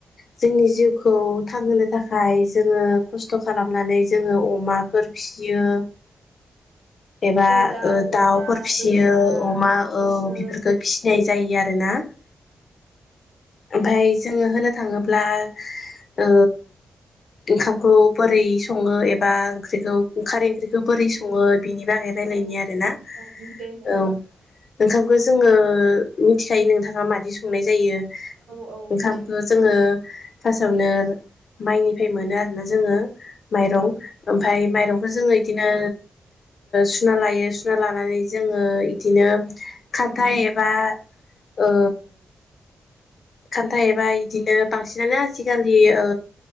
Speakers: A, on the left (about 60°); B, on the right (about 75°).
A: जोंनि जिउखौ थांहोनो थाखाय जोङो खस्थ खालामनानै जोङो अमाफोर फियो। एबा
B: जेरै दाउ
A: दाउफोर
B: अमा
A: फिसियो
B: बोरमा
A: अमा
B: मोसौ
A: औ बेफोरफोरखौ फिसिनाय जायो आरो ना ओमफाय जोङो होनो थाङोब्ला ओ ओंखामखौ बोरै सङो एबा ओंख्रिखौ ओं खारै ओंख्रिखौ बोरै सङो? बिनि बागै रायलायनि
B: औ
A: आरोना
B: औ दे नों
A: औ ओंखा जोङो मिथिखायो नोंथाङा माबादि संनाय जायो। ओंखामखौ
B: औ औ मिथिगौ
A: जोङो फार्स्टआवनो माइनिफ्राय मोनो आरोना जोङो माइरं ओमफ्राय माइरंखौ जोङो बिदिनो सुना लायो सुना लानानै जोङो इदिनो खान्थाइ एबा ओ खान्था एबा इदिनो बांसिनानो आजि खालि ओ